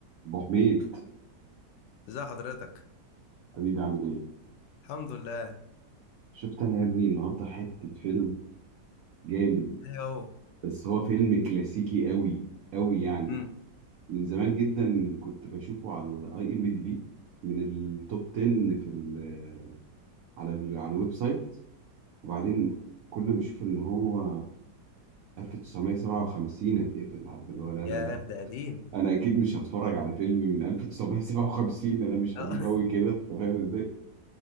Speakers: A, on the right; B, on the left.
A: ابو حميد
B: ازي حضرتك
A: حبيبي عامل ايه
B: الحمد لله
A: شفت انا يا ابني النهارده حته فيلم جامد
B: ايه هو
A: بس هو فيلم كلاسيكي قوي قوي يعني
B: امم
A: من زمان جدا كنت بشوفه على الاي ام دي بي من التوب 10 في ال على ال على الويب سايت وبعدين كل ما اشوف ان هو 1957 اتقفل عارف اللي هو لا
B: ياه
A: لا لا
B: ده قديم
A: انا اكيد مش هتفرج على فيلم من 1957 انا مش
B: اه
A: قديم قوي كده انت فاهم ازاي